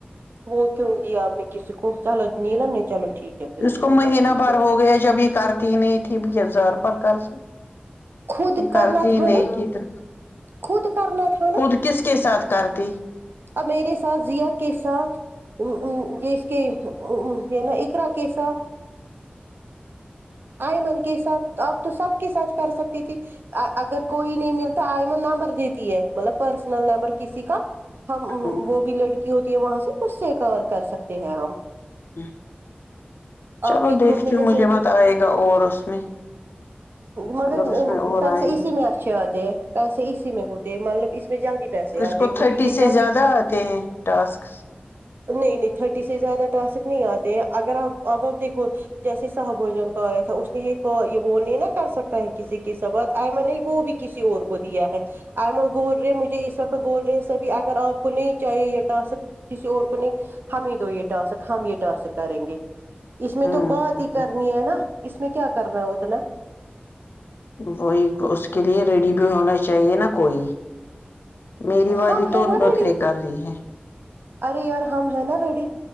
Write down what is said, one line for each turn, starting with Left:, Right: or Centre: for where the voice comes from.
Right: وہ کیوں لیا آپ نے کسی کو چلو نیلم نے چلو ٹھیک ہے پھر نیلم
Left: اس کو مہینہ
Right: کا ٹھیک
Left: بھر
Right: ہے
Left: ہو گیا جب یہ کرتی نہیں تھی زار پر کر س
Right: خود
Left: یہ
Right: کرنا
Left: کرتی
Right: تھا
Left: نہیں
Right: نا
Left: تھی تو
Right: خود کرنا تھا
Left: خود کس کے ساتھ کرتی
Right: ا میرے ساتھ ضیا کے ساتھ وہ ام ام جس کے ام ام ہے نا اقرا کے ساتھ آئمن کے ساتھ آپ تو سب کے ساتھ کر سکتی تھی اگر کوئی نہیں ملتا آئمن نمبر دیتی ہے مطلب پرسنل نمبر کسی کا ہم
Left: ہوں
Right: وہ بھی لڑکی ہوتی ہے وہاں سے اسے کول کر سکتے ہیں ہم
Left: ہ
Right: آپ
Left: چلو
Right: کے
Left: دیکھتی
Right: گروپ میں
Left: ہوں
Right: جیسے
Left: مجھے مت آئے گا اور اس میں
Right: مگر
Left: اگر اس میں اور
Right: پیسے
Left: آئے
Right: اسی میں اچھے آتے پیسے اسی میں ہوتے مطلب اس میں جلدی پیسے
Left: اس
Right: آتے
Left: کو
Right: کیونکہ
Left: تھرٹی
Right: یہ
Left: سے
Right: جلدی
Left: زیادہ آتے ہیں ٹاسک
Right: نہیں نہیں تھاٹی سے زیادہ ٹاسک نہیں آتے ہیں اگر آپ اب ا دیکھو جیسے ساہ بوجن کہایا تھا اس نے یہ کہ یہ وہ نہیں نہ کر سکتا ہے کسی کے سبت آئمن نہیں وہ بھی کسی اور کو دیا ہے ایمن بول رہے مجھے اس وقت بول رہے ہیں سبھی اگر آپ کو نہیں چاہے یہ ٹاسک کسی اور کو نہیں ہمیں دو یہ ٹاسک ہم یہ ٹاسک کریں گے اس
Left: ہوں
Right: میں تو بات
Left: ہ
Right: ہی کرنی ہے نا اس میں کیا کرنا ہے اتنا
Left: وہی تو اس کے لیے ریڈی بھی ہونا چاہیے نا کوئی میری والی
Right: ہم ہے
Left: تو
Right: نا
Left: نخرے
Right: ریڈی
Left: کر رہی ہے
Right: ارے یار ہم ہیں نا ریڈی